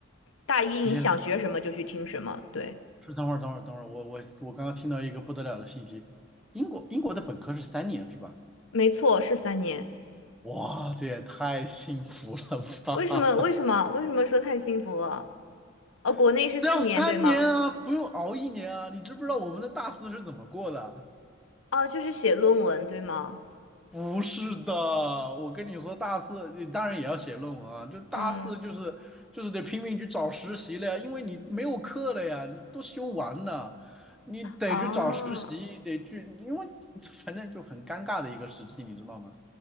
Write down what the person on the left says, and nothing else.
大一你想学什么就去听什么，
对，
没错，是三年。
为什么？为什么？为什么说太幸福了？哦，国内是四年，
对吗？
哦，就是写论文，对吗？
嗯，
啊，